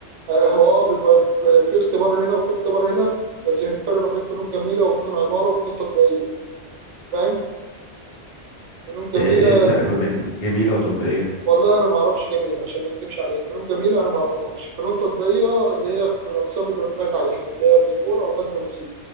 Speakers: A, on the right; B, on the left.
A: آه، هو اه بيبقى في اختبار هنا وفي اختبار هنا بس في فرق ما بين فنون جميله وفنون عماره وفنون تطبيقيه فاهم فنون جميله
B: آه، ايه الفرق ما بين جميلة وتطبيقية
A: والله انا ما اعرفش جميل عشان ما اكذبش عليك فنون جميله انا ما اعرفهاش فنون تطبيقيه اللي هي الاقسام اللي قلت لك عليها اللي هي الديكور او غزل ونسيج